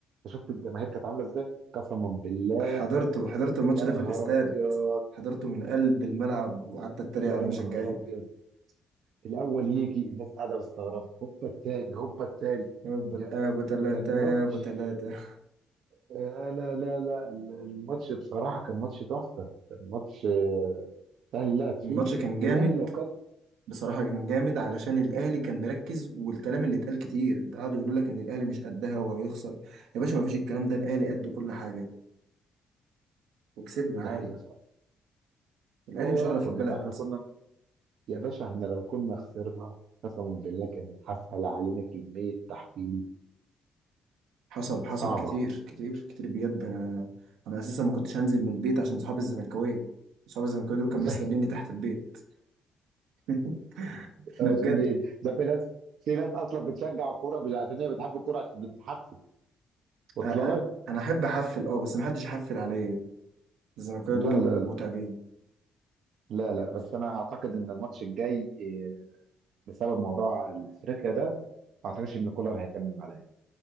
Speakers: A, on the right; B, on the right.
A: أنت شفت الجماهير كانت عامله ازاي قسما بالله
B: حضرته حضرت الماتش
A: يا
B: ده
A: نهار
B: في الاستاد
A: ابيض
B: حضرته من قلب الملعب وقعدت اتريق
A: يا
B: على المشجعين
A: نهار ابيض الاول يجي الناس قاعده مستغربه هوبا التاني هوبا التالت
B: يا ابو
A: يا-
B: يا أبو تلاتة
A: كان
B: يا
A: ماتش
B: ابو تلاتة
A: آه، لا لا لا ال- الماتش بصراحة كان ماتش تحفة كان ماتش آه، الأهلي لعب فيه
B: الماتش كان جامد
A: والأهلي لو كان
B: بصراحة كان جامد علشان الأهلي كان مركز والكلام اللي اتقال كتير قعدوا يقولوا لك إن الأهلي مش قدها وهيخسر يا باشا مفيش الكلام ده الأهلي قد كل حاجة وكسبنا
A: دي
B: عادي
A: حقيقة صعبة
B: الاهلي
A: هو
B: مشرف
A: ربك
B: البلد
A: أنت عارف إحنا كنا يا باشا إحنا لو كنا خسرنا قسما بالله كانت حفل علينا كمية تحفيل
B: حصل حصل
A: صعبة
B: كتير كتير كتير بجد انا انا اساسا ما كنتش هنزل من البيت عشان صحابي الزملكاويه صحابي الزملكاويه دول كانوا
A: <laughs>
B: مستنيني تحت البيت <laughs>
A: مش
B: لا بجد
A: أمين ده في ناس في ناس أصلا بتشجع الكورة مش عشان هي بتحب الكورة عشان بتحفل
B: أ-
A: واصلة
B: أ-
A: لك؟
B: انا احب احفل اه بس ما حدش يحفل عليا الزملكاويه
A: لا
B: دول
A: لا لا
B: متعبين
A: لا لا بس أنا أعتقد إن الماتش الجاي آه، بسبب موضوع أفريقيا ده ما أعتقدش إن كولر هيكمل مع الأهلي